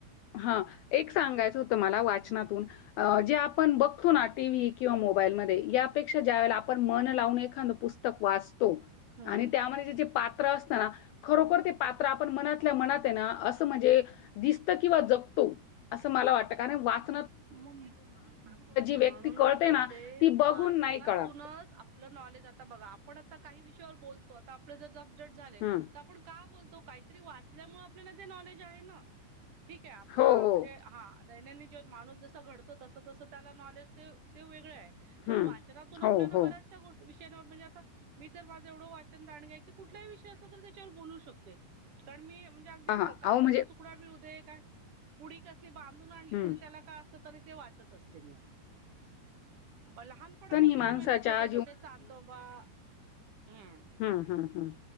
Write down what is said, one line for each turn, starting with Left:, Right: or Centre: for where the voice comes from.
Left: हा एक सांगाचं होत मला वाच चनातून जे आपन बघतो ना टीव्ही किंवा मोबाईल मध्ये यापेक्षा ज्यावेळेला आपण मन लावून एखांद पुस्तक वाचतो
Right: हम्म
Left: आणि त्यामध्ये जे जे पात्र असत ना खरोखर ते पात्र त्र आपण मनातल्या मनात ते ना अस म्हणजे दिसतं किंवा जगतो अस मला वाटत कारण वाच
Right: म म म म
Left: व्यक्ती
Right: म्हणूनच
Left: कळते
Right: बोलते
Left: ना, ती बघून
Right: वाचनातूनच
Left: नाही कळत.
Right: आपलं नॉलेज आता बघा आपण आता काही विषयावर बोलतो आता आपले जर अपडेट झाले त
Left: हं.
Right: आपण का बोलतो. काहीतरी वाचल्यामुळे आपल्याला ते नॉलेज आहे ना? ठीक आपला
Left: हो, हो.
Right: म्हणजे, हा. दैनंदिन- माणूस जसा घडतो तस तसं त्याला नॉलेज ते- ते वेगळे आहे. पण
Left: हं.
Right: वाचनातून आपल्याला
Left: हो, हो.
Right: बऱ्याचशा गोष्टी- <unintelligible> म्हणजे आता मी तर माझं एवढं वाचन दांडग की कुठल्याही विषय असला तरी त्याच्यावर बोलू शकते. कारण मी ते - म्हणजे अगदी
Left: हां, हां.
Right: कागदाचा
Left: अहो म्हणजे
Right: तुकडा मिळूदे. काय पुडी कसली बांधून आणली
Left: हं.
Right: तरी त्याला काय- तरी ते वाचत असते मी. लहानपणापासूनच
Left: ही माणसाच्या
Right: म्हणजे ते छोटे छोटे चांदोबा- हम्म
Left: हम्म हम्म हम्म.